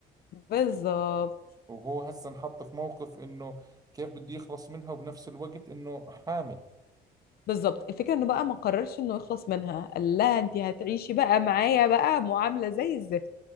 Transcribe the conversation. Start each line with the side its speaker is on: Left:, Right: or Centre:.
Left: بالظبط
Right: وهو هسه انحط في موقف إنه كيف بده يخلص منها وبنفس الوقت إنه حامل
Left: بالظبط الفكرة انه بقى ما قررش انه يخلص منها قال لها انت هتعيشي بقى معايا بقى معاملة زي الزفت